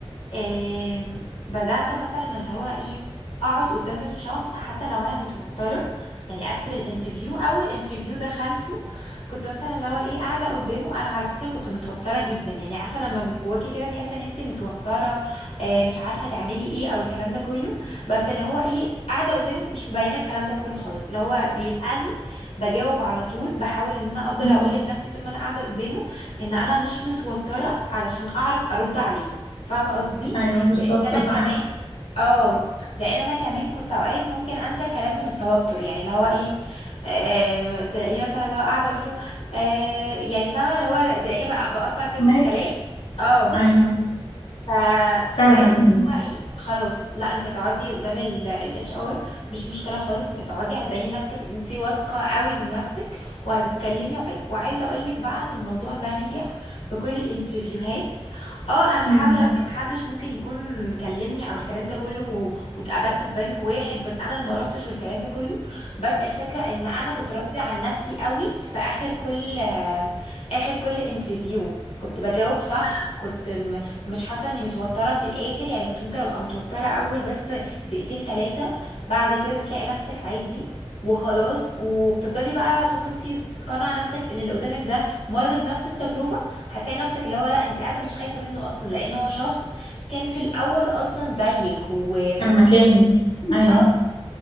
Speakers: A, on the left; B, on the left.
A: آم، بدأت مثلا اللي هو ايه اقعد قدام الشخص حتى لو انا متوترة يعني ادخل الانترفيو اول انترفيو دخلته كنت مثلا اللي هو ايه قاعدة قدامه انا على فكرة كنت متوترة جدا يعني عارفة لما من جواكي كده تحسي ان انتي متوترة آه، مش عارفة تعملي ايه او الكلام ده كله بس اللي هو ايه قاعدة قدامه مش مبينة الكلام ده كله خالص اللي هو بيسألني بجاوب على طول بحاول ان انا افضل
B: مم.
A: اقول لنفسي طول ما انا قاعدة قدامه ان انا مش متوترة علشان اعرف ارد عليه فاهمه قصدي
B: أيوه بالظبط
A: لان انا
B: صح
A: كمان اه لان انا كمان كنت اوقات ممكن انسى الكلام من التوتر يعني اللي هو ايه آه تلاقيه مثلا اللي هو قاعده اقول له آه يعني فاهمه اللي هو تلاقيه بقى بقطع كده
B: فهماكي
A: في الكلام اه
B: أيوه
A: ف... فبقيت
B: فعلا
A: اللي هو ايه خلاص لا انت هتقعدي قدام الاتش ار مش مشكله خالص انت هتقعدي هتبيني نفسك انت واثقه قوي من نفسك وهتتكلمي وعاي... وعايزه اقول لك بقى ان الموضوع ده نجح في كل الانترفيوهات اه انا لحد
B: مم.
A: دلوقتي محدش ممكن يكون كلمني او الكلام ده كله و- واتقابلت في بنك واحد بس انا اللي ما روحتش والكلام ده كله بس الفكره ان انا كنت راضيه عن نفسي قوي في اخر كل آه، اخر كل انترفيو كنت بجاوب صح كنت مش حاسه اني متوتره في الاخر يعني كنت ممكن ابقى متوتره اول بس دقيقتين تلاتة بعد كده بتلاقي نفسك عادي وخلاص وبتفضلي بقى طول ما انت قانعه نفسك ان اللي قدامك ده مر بنفس التجربه هتلاقي نفسك اللي هو لا انت قاعده مش خايفه منه اصلا لان هو شخص كان في الاول اصلا زيك و
B: كان مكاني أيوه
A: اه